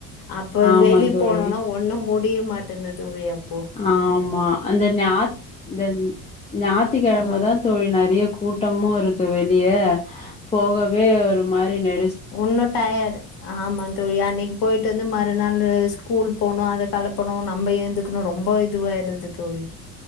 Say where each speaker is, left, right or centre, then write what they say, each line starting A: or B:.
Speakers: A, on the left; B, on the left.
A: அப்ப
B: ஆமா
A: வெளிய
B: தோழி
A: போனோனா ஒன்னு மு டிய மாட்டேந்து தோழி அப்
B: ஆமா அந்த ஞா இந்த ஞாத்திக்கெழம
A: ஆ
B: தா தோழி நறையா கூட்டமு இருக்கு வெ ளிய போகவே ஒரு மாரி நெ
A: உன்னும் டயர்ட் ஆமா தோழி அன்னைக்கு போயிட்டு வந்து ம றுநாள்ல ஸ்கூல் போனும் அத கெலப்பனும் நம்ம ஏந்துக்கணும் ரொம்ப இதுவாயிடுது தோழி